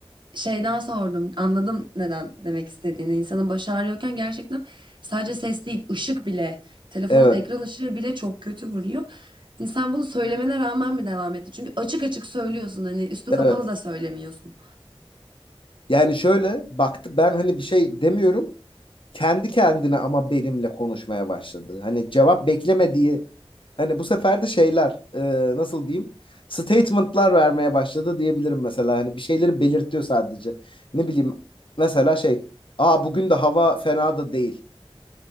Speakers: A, on the right (about 55°); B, on the left (about 60°).
A: şeyden sordum. Anladım neden demek istediğini. İnsanın başı ağrıyorken gerçekten sadece ses değil ışık bile telefonun
B: Evet,
A: ekran ışığı bile çok kötü vuruyor. Hani sen bunu söylemene rağmen mi devam etti? Çünkü açık açık söylüyorsun hani üstü
B: evet.
A: kapalı da söylemiyorsun.
B: Yani şöyle baktı ben hani bir şey demiyorum. Kendi kendine ama benimle konuşmaya başladı. Hani cevap beklemediği Hani bu sefer de şeyler e, nasıl diyeyim? Statement'lar vermeye başladı diyebilirim mesela. Hani bir şeyleri belirtiyor sadece. Ne bileyim mesela şey Aa bugün de hava fena da değil.